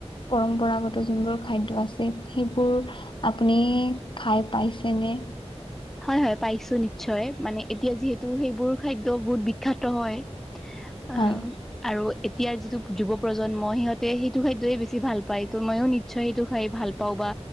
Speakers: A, on the left; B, in the centre.
A: পৰম্পৰাগত যোনবোৰ খাদ্য আছে সেইবোৰ আপুনি খাই পাইছেনে
B: হয় হয় পাইছো নিশ্চয় মানে এতিয়া যিহেতু সেইবোৰ খাদ্য বহুত বিক খ্যাত হয় আহ
A: হয়
B: আৰু এতিয়াৰ যিটো যুৱ প্ৰজন্ম সিহঁতে সে সেটো খাদ্যয়ে বেছি ভাল পায় ত' মইও নিশ্চয় সেইটো খাই ভাল পাওঁ বা